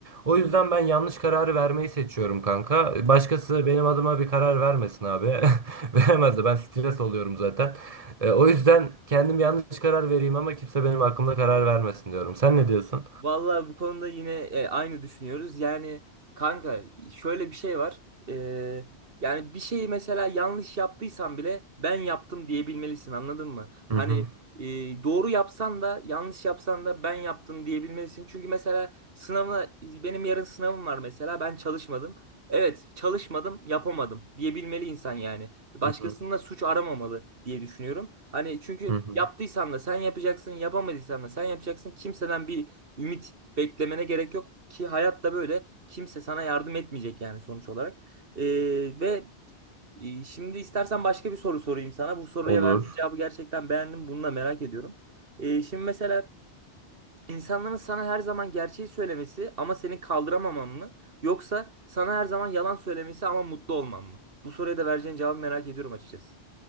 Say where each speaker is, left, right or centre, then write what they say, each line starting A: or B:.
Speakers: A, on the right; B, on the right.
A: O
B: Hmm.
A: yüzden ben yanlış kararı vermeyi seçiyorum kanka. Başkası benim adıma bir karar vermesin abi. <laughs> Veremez de ben stres oluyorum zaten. E, o yüzden kendim yanlış karar vereyim ama kimse benim hakkımda karar vermesin diyorum. Sen ne diyorsun?
B: Vallahi bu konuda yine e, aynı düşünüyoruz. Yani kanka şöyle bir şey var. E, yani bir şeyi mesela yanlış yaptıysan bile ben yaptım diyebilmelisin anladın mı? Hani
A: Hı hı.
B: e, doğru yapsan da yanlış yapsan da ben yaptım diyebilmelisin. Çünkü mesela sınavına benim yarın sınavım var mesela ben çalışmadım. Evet çalışmadım yapamadım diyebilmeli insan yani. Başkasında
A: Hı hı.
B: suç aramamalı diye düşünüyorum. Hani çünkü
A: Hı hı.
B: yaptıysan da sen yapacaksın yapamadıysan da sen yapacaksın kimseden bir ümit beklemene gerek yok ki hayatta böyle kimse sana yardım etmeyecek yani sonuç olarak. Ee, ve e, şimdi istersen başka bir soru sorayım sana. Bu soruya
A: Olur.
B: verdiğin cevabı gerçekten beğendim. Bunu da merak ediyorum. Ee, şimdi mesela insanların sana her zaman gerçeği söylemesi ama seni kaldıramaman mı? Yoksa sana her zaman yalan söylemesi ama mutlu olman mı? Bu soruya da vereceğin cevabı merak ediyorum açıkçası.